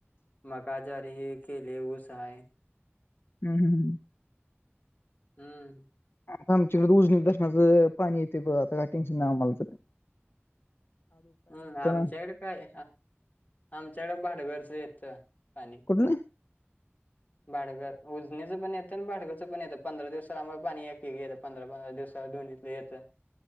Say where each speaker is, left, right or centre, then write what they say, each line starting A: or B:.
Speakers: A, on the left; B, on the left.
A: मका ज्वारी केली ऊस हाय
B: हम् हम ह
A: हम्म
B: आता आमच्याकडे उजनल धरनाचं पाणी येते बघ, आता का टेन्शन नाही आम्हालातरी.
A: हम् आमच्याकडे
B: ना
A: काय आमच्याकडे भाडगरचं येतय पाणी
B: कुठलं
A: भाटगर, उजनीचं पण येतं आणि भाटगरच पण येतं पंधरा दिवस आम्हाला पाणी एक गेलं पंदरा पंदरा दिवसा दोन इतले येतं